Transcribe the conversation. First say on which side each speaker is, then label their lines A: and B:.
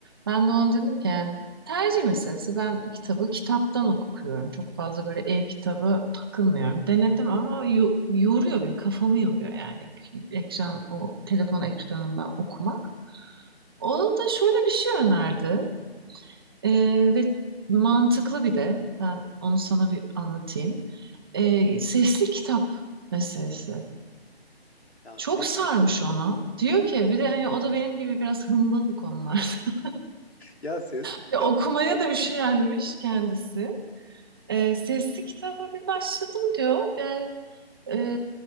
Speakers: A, on the right; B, on the left.
A: Ben de ona dedim ki yani tercih meselesi. Ben kitabı kitaptan okuyorum. Çok fazla böyle e-kitabı takılmıyorum. Denedim ama yo- yoruyor benim kafamı yoruyor yani ekran o telefon ekranında okumak. O da şöyle bir şey önerdi Ee, ve mantıklı bir de ben onu sana bir anlatayım. Ee, sesli kitap meselesi.
B: Ya
A: Çok
B: sesli,
A: sarmış onu. Diyor ki bir de hani o da benim gibi biraz hımbıl bu konularda. <laughs>
B: ya sesli
A: Hani
B: kitap
A: okumaya
B: çok
A: da üşenmiş kendisi. Ee, sesli kitaba bir başladım diyor. Yani, e,